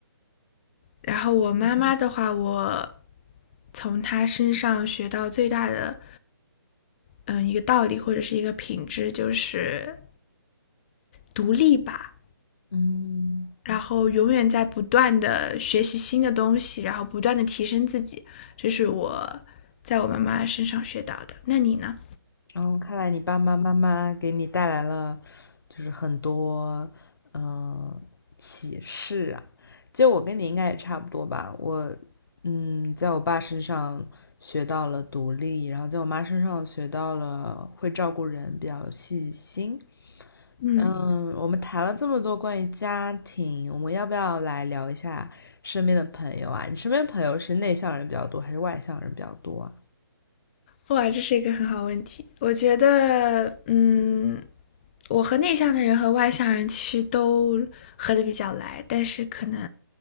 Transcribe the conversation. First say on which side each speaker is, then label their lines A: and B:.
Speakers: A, on the left; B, on the left.
A: 然后我妈妈的话，我从她身上学到最大的，嗯，一个道理或者是一个品质就是独立吧。
B: 嗯。
A: 然后永远在不断的学习新的东西，然后不断的提升自己，这是我在我妈妈身上学到的。那你呢？
B: 嗯，看来你爸爸妈妈给你带来了，就是很多嗯启示啊。就我跟你应该也差不多吧，我嗯，在我爸身上学到了独立，然后在我妈身上学到了会照顾人，比较细心。
A: 嗯，
B: 嗯，我们谈了这么多关于家庭，我们要不要来聊一下身边的朋友啊？你身边朋友是内向人比较多，还是外向人比较多啊？
A: 哇，这是一个很好问题。我觉得，嗯，我和内向的人和外向人其实都合的比较来，但是可能